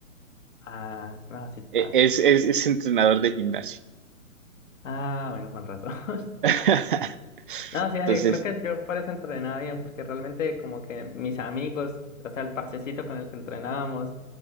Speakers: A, on the left; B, on the right.
A: Ah, no, sí pasa.
B: E- es, es, es entrenador de gimnasio.
A: Ah, bueno, con razón. <laughs>
B: <laughs>
A: No, sí, dale,
B: Entonces,
A: creo que yo por eso entrenaba bien, porque realmente como que mis amigos, o sea, el parchecito con el que entrenábamos,